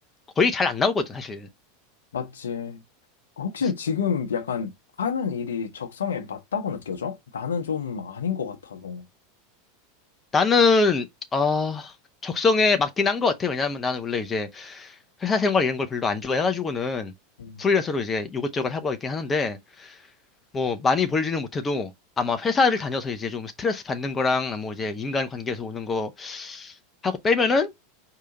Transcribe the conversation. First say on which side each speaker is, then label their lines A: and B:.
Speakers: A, on the left; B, on the left.
A: 거의 잘 안 나오거든, 사실.
B: 맞지. 혹시
A: 그래서
B: 지금 약간 하는 일이 적성에 맞다고 느껴져? 나는 좀 아닌 것 같아서.
A: 나는, 아, 적성에 맞긴 한 것 같아. 왜냐하면 나는 원래 이제 회사 생활 이런 걸 별로 안 좋아해가지고는
B: 음.
A: 프리랜서로 이제 이것저것 하고 있긴 하는데, 뭐 많이 벌지는 못해도 아마 회사를 다녀서 이제 좀 스트레스 받는 거랑 뭐 이제 인간 관계에서 오는 거 하고 빼면은